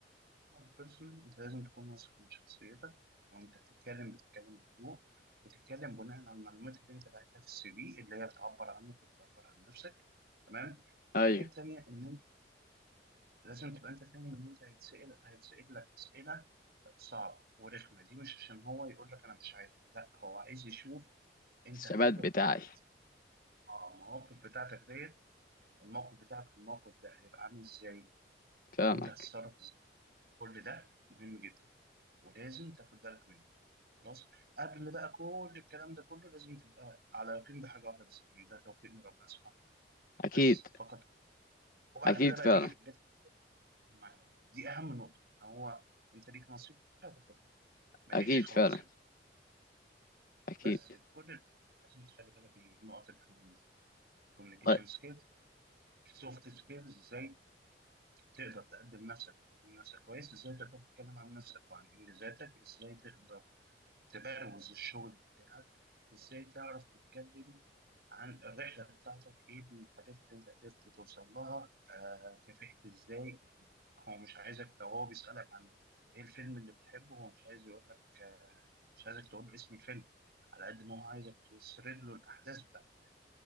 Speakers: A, on the right; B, on the left.
A: البيرسونال أنت لازم تكون واثق من شخصيتك وأنت بتتكلم بتتكلم بهدوء بتتكلم بناء على المعلومات اللي أنت باعتها في السي في اللي هي بتعبر عنك وبتعبر عن نفسك تمام الحاجة
B: ايوه
A: التانية إن أنت لازم تبقى أنت فاهم إن أنت هيتسأل هيتسأل لك أسئلة صعبة ورخمة دي مش عشان هو يقول لك أنا مش عايزك لا هو عايز يشوف أنت
B: الثبات
A: هتقدر
B: بتاعي
A: تحل المواقف بتاعتك ديت الموقف بتاعك في الموقف ده هيبقى عامل ازاي
B: فاهمك
A: او انت هتتصرف ازاي كل ده مهم جدا ولازم تاخد بالك منه خلاص قبل بقى كل الكلام ده كله لازم تبقى على يقين بحاجه واحده بس ان ده توفيق من ربنا سبحانه وتعالى
B: اكيد
A: بس فقط وبعد
B: اكيد
A: كده بقى
B: فعلا
A: تيجي الحاجات المعنيه دي دي اهم نقطه ان هو انت ليك نصيب في حاجه هتاخدها مالكش
B: اكيد
A: خلاص
B: فعلا
A: يبقى
B: اكيد
A: بس في كل ال- لازم تخلي بالك من النقط اللي احنا بنقولها كوميونيكيشن
B: طيب
A: سكيلز سوفت سكيلز ازاي تقدر تقدم نفسك وتقدم نفسك كويس ازاي تقدر تتكلم عن نفسك وعن انجازاتك ازاي تقدر تبروز الشغل بتاعك ازاي تعرف تتكلم عن الرحلة بتاعتك ايه الحاجات اللي انت قدرت توصل لها آه كافحت ازاي هو مش عايزك لو هو بيسألك عن ايه الفيلم اللي بتحبه هو مش عايز يقول لك آه مش عايزك تقول له اسم الفيلم على قد ما هو عايزك تسرد له الاحداث بتاعتك